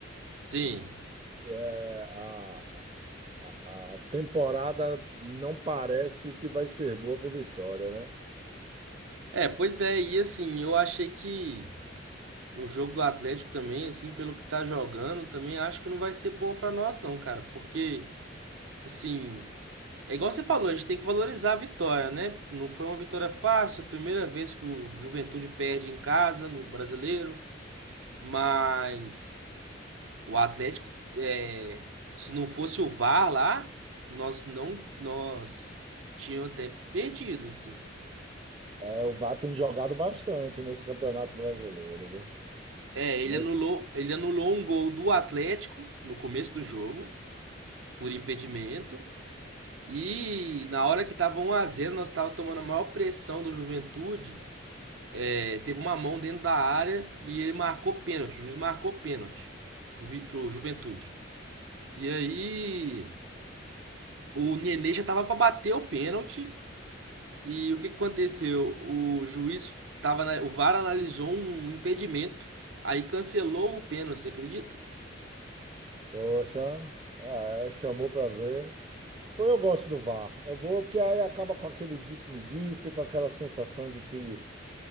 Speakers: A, on the right; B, on the right.
A: Sim.
B: É, a, A a temporada não parece que vai ser boa para o Vitória, né?
A: É, pois é, e assim, eu achei que no jogo do Atlético também, assim, pelo que tá jogando, também acho que não vai ser bom pra nós não, cara, porque assim, É igual você falou, a gente tem que valorizar a vitória, né? Não foi uma vitória fácil, primeira vez que o Juventude perde em casa, no brasileiro, mas o Atlético, é, se não fosse o VAR lá, nós não. Nós tínhamos até perdido, assim.
B: É, o Vá tem jogado bastante nesse Campeonato Brasileiro. viu?
A: É,
B: Nesse...
A: ele anulou, ele anulou um gol do Atlético no começo do jogo, por impedimento. E na hora que tava um a zero nós tava tomando a maior pressão do Juventude. é, teve uma mão dentro da área e ele marcou pênalti. O juiz marcou pênalti pro, pro Juventude. E aí o Nenê já tava pra bater o pênalti. E o que, que aconteceu? O juiz tava na- o VAR analisou um impedimento. Aí cancelou o pênalti, você acredita?
B: Poxa, ah, é, chamou para ver. Pô, eu gosto do VAR. Eu vou, porque aí acaba com aquele disse-me-disse, com aquela sensação de que